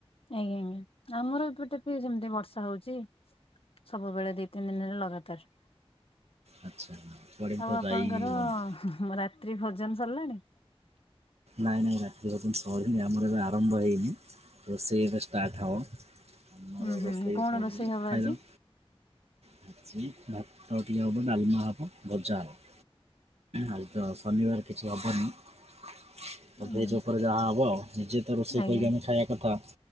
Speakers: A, on the left; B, on the right.
A: ଆଜ୍ଞା ଆଜ୍ଞା ଆମର ଏପଟେ ବି ସେମିତି ବର୍ଷା ହଉଛି ସବୁବେଳେ ଦି ତିନି ଦିନ ହେଲା ଲଗାତାର
B: ଆଚ୍ଛା କୁଆଡ଼େ ବି
A: ଆଉ
B: ତ
A: ଆପଣଙ୍କର
B: ଯାଇ ବି ହଉନି।
A: ରାତ୍ରି ଭୋଜନ ସରିଲାଣି?
B: ନାଇ ନାଇ ଆ ରାତ୍ରି ଭୋଜନ ସରିନି ଆମର ଏବେ ଆରମ୍ଭ ହେଇନି। ରୋଷେଇ ଏବେ ଷ୍ଟାର୍ଟ ହବ। ଆମର
A: ହୁଁ
B: ରୋଷେଇ
A: ହୁଁ କଣ
B: ସରିଲେ
A: ରୋଷେଇ ହବ
B: ଖାଇଦେବା।
A: ଆଜି?
B: ଭାତ ଟିକେ ହବ ଡାଲମା ହବ ଭଜା ହବ। ଆଉତ ଶନିବାର କିଛି ହବନି ତ
A: ଆଜ୍ଞା
B: ଭେଜ ଉପରେ ଯାହା ହବ ନିଜେ ତ ରୋଷେଇ
A: ଆଜ୍ଞା
B: କରୀକି ଆମେ ଖାଇବା କଥା।